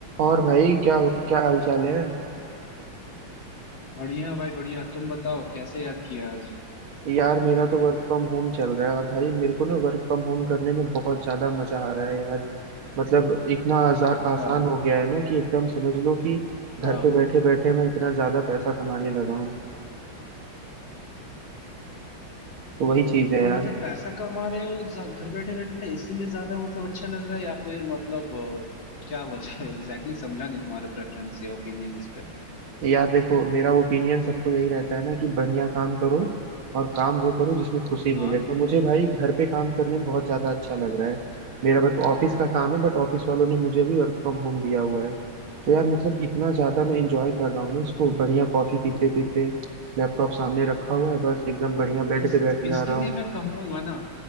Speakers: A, on the right; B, on the left.
A: और भाई क्या क्या हाल चाल है
B: बढ़िया भाई बढ़िया तुम बताओ कैसे याद किया आज
A: यार मेरा तो वर्क फ्रॉम होम चल रहा है और भाई मेरे को ना वर्क फ्रॉम होम करने में बहुत ज्यादा मजा आ रहा है यार मतलब इतना आजा,
B: अच्छा
A: आसान हो गया है ना कि एकदम समझ लो कि घर
B: हाँ
A: पे बैठे बैठे मैं इतना ज्यादा पैसा कमाने लगा हूँ तो वही चीज है
B: तो
A: यार
B: मतलब पैसा कमा रहे हो जा- घर बैठे बैठे इसीलिए ज्यादा मतलब अच्छा लग रहा है या फिर मतलब अ, क्या वजह है <laughs> Exactly exactly समझा नहीं तुम्हारा प्रेफरेंस या ओपिनियन इस पे
A: यार देखो मेरा ओपिनियन सबको यही रहता है ना कि बढ़िया काम करो और काम वो करो जिसमें खुशी
B: हाँ
A: मिले तो मुझे भाई घर पे काम करने में बहुत ज्यादा अच्छा लग रहा है मेरा मतलब ऑफिस का काम है बट ऑफिस वालों ने मुझे अभी वर्क फ्रॉम होम दिया हुआ है तो यार मतलब इतना ज्यादा मैं इंजॉय कर रहा हूँ ना इसको बढ़िया कॉफी पीते पीते लैपटॉप सामने रखा हुआ है बस एकदम
B: देखो
A: बढ़िया बेड
B: इस
A: पे बैठ जा
B: इसके
A: रहा हूँ
B: लिए मैं कहूंगा ना